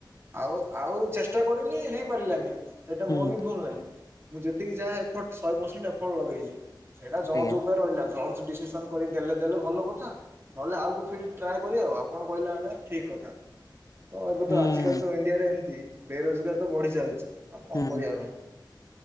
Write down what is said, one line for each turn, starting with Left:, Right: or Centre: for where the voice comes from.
Right: ଆଉ ଆଉ ଚେଷ୍ଟା କରଲି ହେଇ ପାରିଲାନି ସେଇଟା
Left: ହୁଁ।
Right: ମୋର ବି ଭୁଲ୍ ନାହିଁ। ମୁଁ ଯେତିକି ଯାହା ଏଫଟ୍ ଶହେ ପରସେଣ୍ଟ ଏଫର୍ଟ ଲଗେଇଛି ସେଇଟା ଜର୍ଜ
Left: ଆଜ୍ଞା।
Right: ଉପରେ ରହିଲା ଜଜ ଡିସିସ୍ ସନ‌ କରି ଦେଲେ ଦେଲେ ଭଲ କଥା ନହେଲେ ଆଉ କୋଉ ଫିଲ୍ଡ ଟ୍ରାଏ କରିଆ ଆଉ ଆପଣ କହିଲା ଭଳିଆ। ଠିକ୍ କଥା ତ ଏବେ
Left: ହୁଁ
Right: ତ ଆଜିକାଲି ତ ଇଣ୍ଡିଆରେ ଏମିତି ବେରୋଜଗାର ତ ବଢ଼ି ଚାଲିଛି। ଆଉ କଣ
Left: ହୁଁ
Right: କରିବା ଭାଇ।